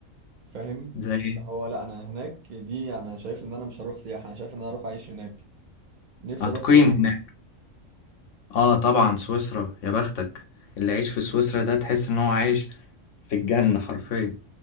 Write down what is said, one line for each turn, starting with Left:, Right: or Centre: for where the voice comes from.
Right: فاهم
Left: زي ايه
Right: ده هو لا انا هناك دي انا شايف ان انا مش هروح سياحة انا شايف ان انا اروح اعيش هناك نفسي
Left: هتقيم
Right: اروح سويسرا
Left: هناك اه طبعا سويسرا يا بختك اللي عايش في سويسرا ده تحس ان هو عايش في الجنة حرفيا